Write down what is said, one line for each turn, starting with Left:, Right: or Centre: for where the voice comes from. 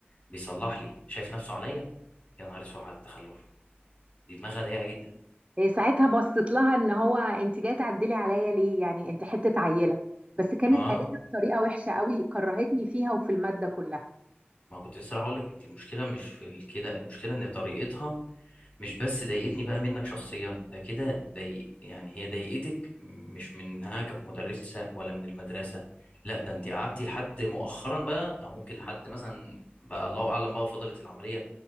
Left: بيصلح لي شايف نفسه عليا يا نهار اسود على التخلف دي دماغها ضيقه جدا
Right: إيه ساعتها بصيت لها ان هو انت جايه تعدلي عليا ليه يعني انت حته عيله بس كانت
Left: اه
Right: قالتها بطريقه وحشه قوي كرهتني فيها وفي الماده كلها
Left: ما كنت لسه هقول لك انت المشكله مش في ال- كده المشكله ان طريقتها مش بس ضايقتني بقى منك شخصيا ده كده ضايق يعني هي ضايقتك مش منها كمدرسة ولا من المدرسة لا ده انت قعدتي لحد مؤخرا بقى او ممكن لحد مثلا بقى الله اعلم بقى فضلت العملية